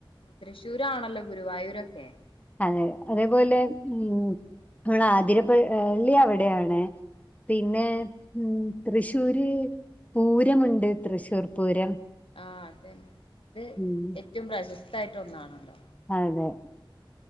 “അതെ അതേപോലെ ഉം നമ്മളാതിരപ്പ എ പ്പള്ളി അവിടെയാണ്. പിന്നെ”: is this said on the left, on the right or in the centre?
Left